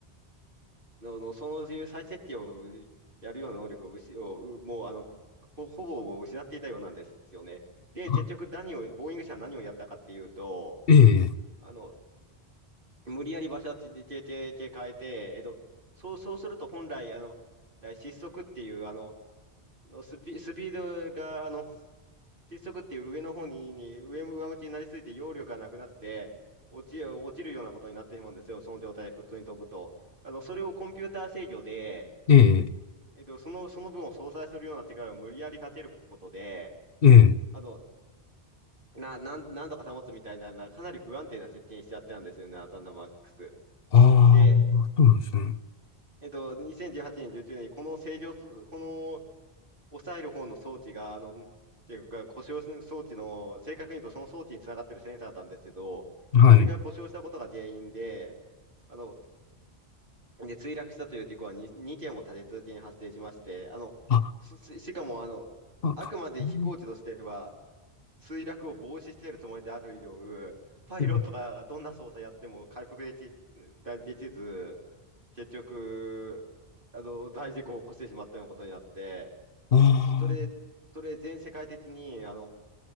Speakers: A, on the right (about 55°); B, on the left (about 60°).
A: の、のその自由再設定をやるような能力を失を、うもうあのほ、ほぼ失っていたようなんですよね。で、
B: あ、
A: 結局何を、ボーイング社は何をやったかっていうと、
B: ええ、
A: あの、無理やり場所をててててて変えて、えっと、そう、そうすると本来、あの、失速っていう、あの、のスピ、スピードが、あの、失速っていう上の方に、に上、上向きになりすぎて揚力がなくなって、落ち、落ちるようなことになってしまうんですよ、その状態で普通に飛ぶと。あの、それをコンピューター制御で、
B: ええ、
A: えっと、その、その分を相殺するような力を無理やりかけることで、
B: ええ、
A: あの、な、なん、なんとか保つみたいな、なかなり不安定な設定にしちゃったんですよね、アサンダマックス。
B: ああ、
A: で、
B: そうなんですね、
A: えっと、2018年、19年にこの正常す、この抑える方の装置が、あの、っていうか、故障す装置の、正確に言うとその装置につながってるセンサーなんですけど、
B: はい、
A: それが故障したことが原因で、あの、で、墜落したという事故は 2, 2件も立て続けに発生しまして、あの、
B: あ、
A: そし、しかも、あの、
B: あ、
A: あくまで飛行機としては、
B: たうん
A: 墜落を防止しているつもりである以上、パイロットがどんな操作やっても回復でき、
B: ええ
A: できず、結局、あの、大事故を起こしてしまったようなことになって、
B: あ
A: それ、
B: あ、
A: それ全世界的に、あの、